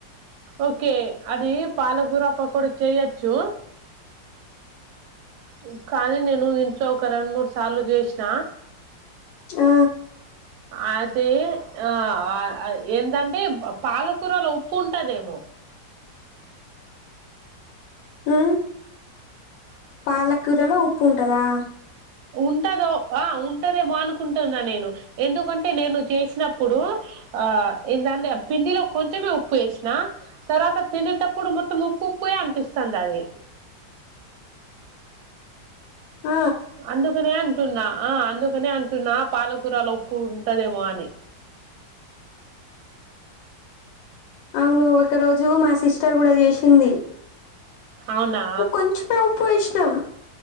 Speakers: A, on the right (about 70°); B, on the left (about 80°).
A: ఒకే అది పాలకూర పకోడి చెయచ్చు ఉ కానీ నేను ఇంట్లో ఒక రెండ్ మూడ్స్ సార్లు జేశ్నా
B: ఆ
A: అయితే ఆ వాల్ ఐ ఏంటంటే బ్ పాలకూరలో ఉప్పు ఉంటాదేమో
B: ఊ పాలకూరలో ఉప్పు ఉంటదా
A: ఉంటదో ఆ ఉంటదేమో అనుకుంటున్నా నేను ఎందుకంటే నేను చేస్నప్పుడు ఆ ఏంటంటే పిండిలో కొంచమే ఉప్పు ఎస్నా తర్వాత తినేటప్పుడు మొత్తం ఉప్పు ఉప్పుయే అనిపిస్తంది అది
B: ఆ
A: అందుకనే అంటున్నా ఆ అందుకనే అంటున్నా పాలకూరలో ఉప్పు ఉంటదేమో అని
B: అవును ఒక రోజు మా సిస్టర్ గుడ చేసింది
A: అవునా
B: ఒ కొంచమే ఉప్పు ఏశ్ ట్నం